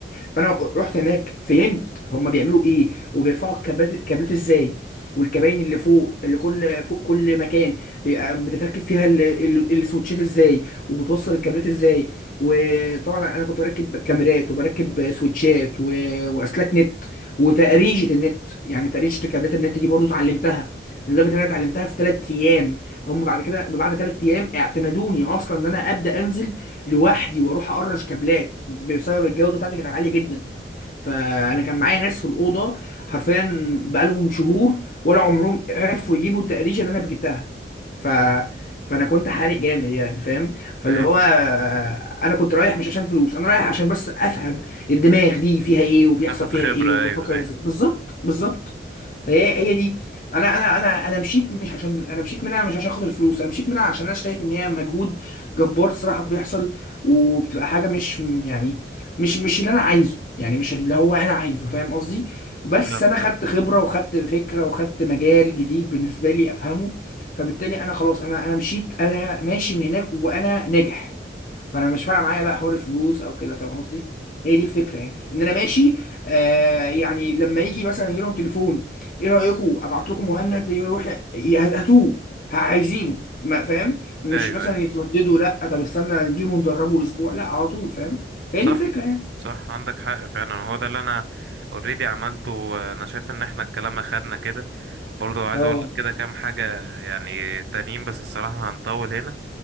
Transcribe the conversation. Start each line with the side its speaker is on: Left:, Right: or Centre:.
Left: فانا رحت هناك فهمت هما بيعملوا ايه وبيرفعوا الكابلات الكابلات ازاي والكباين اللي فوق اللي كل فوق كل مكان بيبقى بتتركب فيها ال- ال- السويتشات ازاي وبتوصل الكابلات ازاي وطبعا انا كنت بركب كاميرات وبركب سويتشات و... واسلاك نت وتقريشه النت يعني تقريشه كابلات النت دي برضو اتعلمتها لدرجه ان انا اتعلمتها في ثلاث ايام هم بعد كده بعد ثلاث ايام اعتمدوني اصلا ان انا ابدا انزل لوحدي واروح اقرش كابلات بسبب الجوده بتاعتي كانت عاليه جدا فانا كان معايا ناس في الاوضه حرفيا بقالهم شهور ولا عمرهم عرفوا يجيبوا التقريشه اللي انا جبتها ف فانا كنت حارق جامد يعني فاهم فاللي
Right: ايوه
Left: هو آه، انا كنت رايح مش عشان فلوس انا رايح عشان بس افهم الدماغ دي فيها ايه وبيحصل
Right: تاخد
Left: فيها
Right: خبرة
Left: ايه وبفكر
Right: ايوه ايوه
Left: ازاي بالظبط بالظبط فهي هي دي انا انا انا انا مشيت مش عشان انا مشيت منها مش عشان خاطر الفلوس انا مشيت منها عشان انا شايف ان هي مجهود جبار الصراحه بيحصل وبتبقى حاجه مش يعني مش مش اللي انا عايزه يعني مش اللي هو انا عايزه فاهم قصدي بس
Right: فاهم
Left: انا خدت خبره وخدت فكره وخدت مجال جديد بالنسبه لي افهمه فبالتالي انا خلاص انا انا مشيت انا ماشي من هناك وانا ناجح فانا مش فارقه معايا بقى حوار الفلوس او كده فاهم قصدي هي دي الفكره يعني ان انا ماشي آه يعني لما يجي مثلا يجي لهم تليفون ايه رايكم ابعت لكم مهند يروح ي- هاتوه ه- عايزينه ما فاهم مش
Right: ايوه
Left: مثلا
Right: ايوه
Left: يترددوا لا طب استنى نجيبه ندربه اسبوع لا على طول فاهم فهي
Right: صح
Left: دي الفكره يعني
Right: صح عندك حق فعلا هو ده اللي انا اوريدي عملته انا شايف ان احنا الكلام اخدنا كده برضو عايز
Left: اه
Right: اقول لك كده كام حاجة يعني تانيين بس الصراحة هنطول هنا